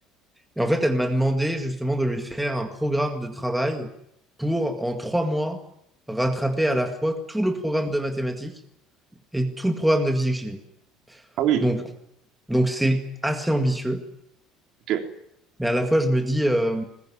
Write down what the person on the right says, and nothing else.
Ah oui,
ok.